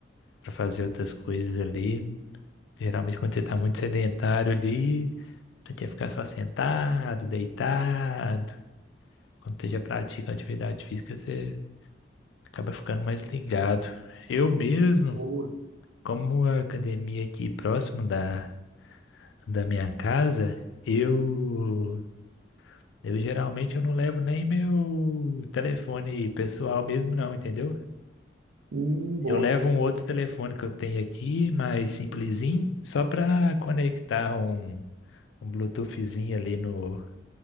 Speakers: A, on the left (about 85°); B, on the right (about 70°).
A: para fazer outras coisas ali. Geralmente quando você tá muito sedentário ali, você quer ficar só sentado, deitado. Quando você já pratica atividade física, você acaba ficando mais ligado. Eu mesmo,
B: Boa,
A: como a academia aqui próximo da, da minha casa, eu eu geralmente eu não levo nem meu telefone pessoal mesmo não, entendeu?
B: hum, boa.
A: Eu levo um outro telefone que eu tenho aqui, mais simplesinho, só para conectar um, um Bluetoothzinho ali no